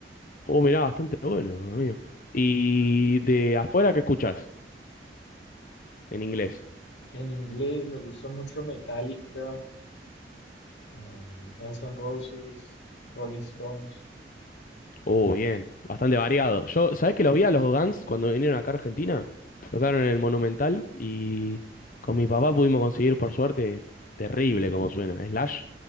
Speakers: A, on the left (about 50°); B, on the left (about 80°).
A: Uh, mirá, bastante bueno, amigo. ¿Y
B: Mm.
A: de afuera qué escuchás en inglés?
B: En inglés me gusta mucho Metallica, um, Guns N' Roses, Rolling Stones,
A: Uh, bien, bastante variado. Yo, ¿sabés que los vi a los Guns cuando vinieron acá a Argentina? Tocaron en el Monumental y con mi papá pudimos conseguir, por suerte, terrible como suena. Slash,